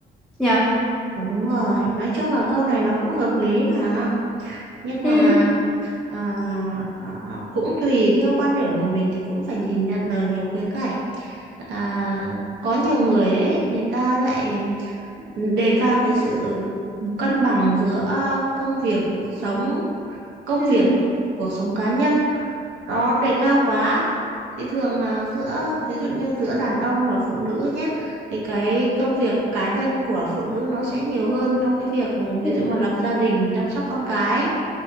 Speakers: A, in the centre; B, on the right.
A: nha
B: Ờ, đúng rồi nói chung là câu này nó cũng hợp lý mà nhưng mà
A: ừ
B: à, à, à, cũng tùy theo quan điểm của mình thì cũng phải nhìn nhận ở nhiều khía cạnh à, có nhiều người ấy người ta lại đề cao cái sự cân bằng giữa công việc cuộc sống công
A: ừ
B: việc cuộc sống cá nhân nó đề cao quá thì thường là giữa ví dụ như giữa đàn ông và phụ nữ nhé thì cái công việc cá nhân của phụ nữ nó sẽ nhiều hơn trong cái việc ví
A: ừ
B: dụ mà lập gia đình chăm sóc con cái